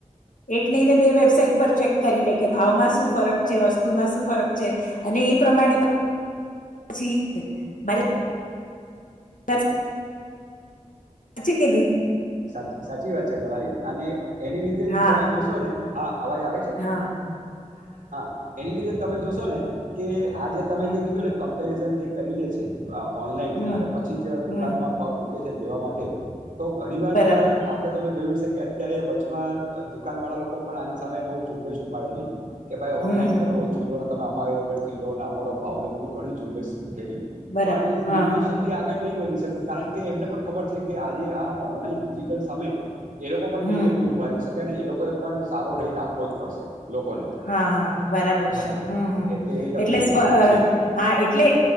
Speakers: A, on the left; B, on the right.
A: એક નહીને બે વેબસાાઈટ પર ચેક કરી લે કે, ભાવમાં શું ફરક છે. વસ્તુમાં શું ફરક છે. અને એ પ્રમાણે પછી મારે સરત હ છે કે ભ
B: સા સાચી વાત છે દવારી અને એની લીધે જ
A: હા
B: તમે જોશો ને હા અવાજ આવે છે
A: હા
B: હા એની લીધે તમે જોશો ને કે આજે તમે
A: હમ
B: જે કીધું ને કમ્પેરિઝન જે કરી લે છે. ઓનલાઈન
A: હમ
B: અને પછી જે દુકાનમાં
A: હમ
B: પગ મૂકે છે, લેવા માટે તો ઘણી વાર
A: બરાબર
B: આપડે તમે જોયું હશે. કે અત્યારે વચમાં દુકાન વાળા લોકો પણ આની સામે બહ ઝુંબેશ ઉપાડેલી કે ભાઈ ઓનલાઈન
A: હમ હમ
B: તમે ઓછું લો ને તમે અમારી આગળથી લોને અમારો ભાવ ન એ બધું ઘણી ઝુંબેશ છે. ઉઠેલી
A: બરાબર
B: પણ એ
A: હા
B: ઝુંબેશ
A: હા
B: એટલી આગળ નહીં વધી શકી કારણ કે એમને પણ ખબર છે કે આજે આ ઓનલાઈન ડિજિટલ સામે એ લોકો પણ
A: હમ
B: નહીં એટલું ઉભારી શકે. ક્યારે એ લોકોએ પણ સારો રેટ આપવો જ પડશે. લોકોને
A: હા, હા બરાબર
B: હાજી
A: છે, હું, હું.
B: એવી જાતનું
A: એટલે
B: બધું આખું છે
A: હા એટલે